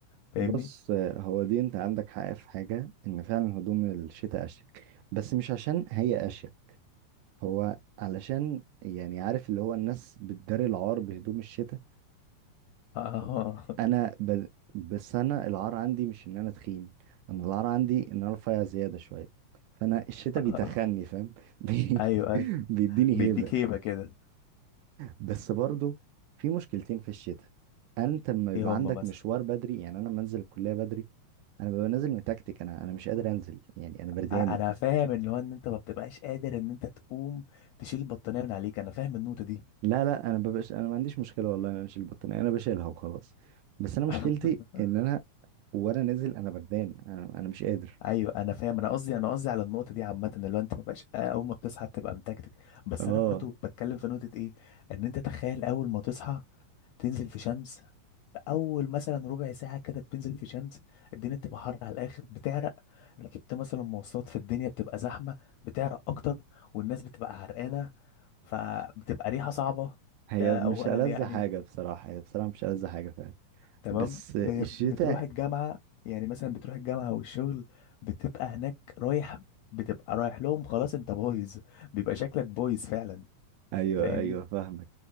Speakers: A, on the left (about 80°); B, on the right (about 80°).
A: فاهمني
B: بص آه، هو دي انت عندك حق في حاجة ان فعلا هدوم الشتاء اشيك بس مش عشان هي اشيك هو علشان يعني عارف اللي هو الناس بتداري العار بهدوم الشتاء
A: اه
B: انا ب... بس انا العار عندي مش ان انا تخين انا العار عندي ان انا رفيع زياده شويه فانا الشتاء
A: <laughs>
B: بيتخني فاهم <laughs> بي...
A: ايوه ايوه
B: بيديني
A: بيديك
B: هيبه
A: هيبه كده
B: بس برضو في مشكلتين في الشتاء انت لما يبقى
A: ايه
B: عندك
A: هم مثلا
B: مشوار بدري يعني انا لما انزل الكليه بدري انا ببقى نازل متكتك انا انا مش قادر انزل يعني انا بردان
A: ع- انا فاهم ان هو ان انت ما بتبقاش قادر ان انت تقوم تشيل البطانيه من عليك انا فاهم النقطه دي
B: لا لا انا ببقاش انا ما عنديش مشكله والله إن انا اشيل البطانيه انا بشيلها وخلاص بس انا مشكلتي
A: <laughs>
B: ان انا وانا نازل انا بردان انا, أنا مش قادر
A: ايوه انا فاهم انا قصدي انا قصدي على النقطه دي عامه اللي هو انت ما بقاش آه، اول ما بتصحى بتبقى متكتك
B: <laughs>
A: بس
B: اه
A: انا برضو بتكلم في نقطه ايه ان انت تخيل اول ما تصحى تنزل في شمس اول مثلا ربع ساعه كده بتنزل في شمس الدنيا بتبقى حر على الاخر بتعرق ركبت مثلا مواصلات في الدنيا بتبقى زحمه بتعرق اكتر والناس بتبقى عرقانه فبتبقى ريحه صعبه
B: هي
A: ده
B: مش
A: اولا
B: ألذ
A: يعني
B: حاجة بصراحة هي بصراحة مش ألذ حاجة فعلا
A: تمام
B: بس الشتاء
A: ب- بتروح الجامعة يعني مثلا بتروح الجامعة والشغل بتبقى هناك رايح بتبقى رايح لهم خلاص انت بايظ بيبقى شكلك بايظ فعلا
B: أيوه
A: فاهمني
B: أيوه فاهمك